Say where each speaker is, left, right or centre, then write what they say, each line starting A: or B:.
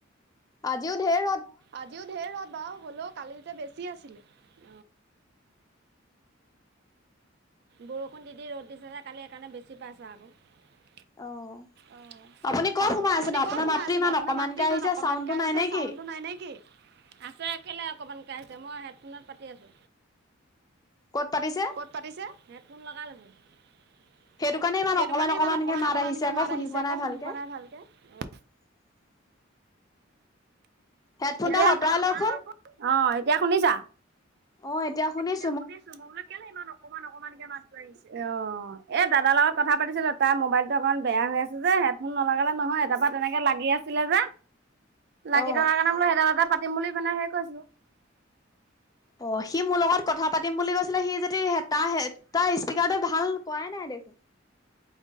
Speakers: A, on the left; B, on the right.
A: আজিও ধেৰ
B: আজিও ঢেৰ ৰদ বাৰু হ'লেও কালি যে বেছি আছিলে <unintelligible> বৰষুণ দি দি ৰ'দ দিছে যে কালি সেইকাৰণে বেছি পাইছা আকৌ <unintelligible>
A: আহ
B: অ',
A: আপুনি ক'ত সোমাই
B: আপুনি
A: আছে আপোনাৰ
B: ক'ত সোমাই
A: মাতটো
B: আছেনো
A: ইমান
B: আপোনাৰ
A: অকমানকে
B: মাতটো ইমান
A: আহিছে
B: অকমানকে
A: চাউণ্ডটো
B: আহিছে
A: নাই নে
B: চাউণ্ডটো
A: কি <unintelligible>
B: নাই নে কি? আছে কেল অকমান কে আহিছে মই হেডফোনত পাতি আছো
A: ক'ত পাতিছে?
B: ক'ত পাতিছে হেডফোন লগাইলৈছো <unintelligible>
A: সেইটো কাৰণে ইমান
B: সেইটো
A: অকমান
B: কাৰণে
A: অকমানকে
B: ইমান অকমান
A: মাত
B: অকমানকে
A: আহিছে আকৌ
B: মাত
A: শুনি
B: আহিছে
A: পোৱা
B: আকৌ
A: ভালকে।
B: শুনি পোৱা নাই ভালকে <unintelligible>
A: <inaudible> হেডফোনডাল
B: এতিয়া
A: অঁতৰাই
B: সৰা
A: লওকচোন।
B: আহ এতিয়া শুনিছা
A: অ' এতিয়া শুনিছো
B: এতিয়া শুনিছো মই বোলো কেলে ইমান অকমান অকমানকে মাছ ধৰিছে অ এ দাদাৰ লগত কথা পাতিছো ত <unintelligible> মোবাইলটো অকমান বেয়া হৈ আছে যে ভুল নলাগালে নহয় এটাৰ পৰা তেনেকে লাগি আছিলে যে লাগি
A: অ
B: থকাৰ কাৰণে বোলো সেইটো এটা <unintelligible> মুলি বনাই সে কৈছিলো <unintelligible>
A: অ সি মোৰ লগত কথা পাতিম বুলি কৈছিলে সি যদি তাৰ তাৰ স্পীকাৰটো ভাল কোৱাই নাই দে <unintelligible> <inaudible>